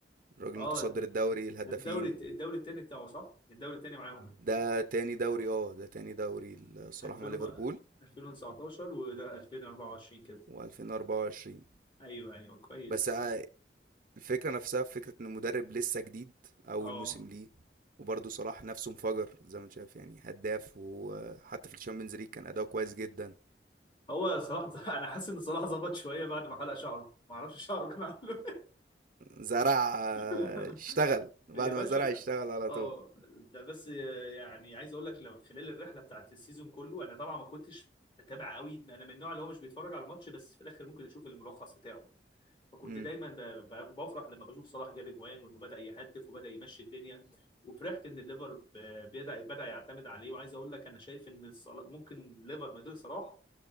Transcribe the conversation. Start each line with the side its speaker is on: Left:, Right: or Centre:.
Right: الراجل
Left: اه
Right: متصدر الدوري الهدافين
Left: الدوري الدوري الثاني بتاعه صح الدوري الثاني معاهم
Right: ده تاني دوري اه ده تاني دوري الصراحة
Left: 2000
Right: مع ليفربول
Left: و- 2019 وده 2024 كده
Right: و2024
Left: ايوه ايوه كويس
Right: بس آه، الفكرة نفسها في فكرة ان المدرب لسه جديد اول
Left: اه
Right: موسم ليه وبرضه صلاح نفسه انفجر زي ما انت شايف يعني هداف وحتى في الشامبيونز ليج كان اداؤه كويس جدا
Left: هو صلاح ز- <laughs> انا حاسس ان صلاح ظبط شويه بعد ما حلق شعره ما اعرفش شعره كان عامله
Right: زرع آه،
Left: <laughs>
Right: اشتغل بعد
Left: إيه. يا باشا
Right: ما زرع اشتغل على
Left: اه
Right: طول
Left: ده بس يعني عايز اقول لك لو خلال الرحله بتاعت السيزون كله انا طبعا ما كنتش متابع قوي انا من النوع اللي هو مش بيتفرج على الماتش بس في الاخر ممكن يشوف الملخص بتاعه فكنت
Right: مم.
Left: دايما ب- ب- بفرح لما بشوف صلاح جاب اجوان وانه بدا يهدف وبدا يمشي الدنيا وفرحت ان الليفر ب- بدا بدا يعتمد عليه وعايز اقول لك انا شايف ان صلاح- ممكن الليفر من غير صلاح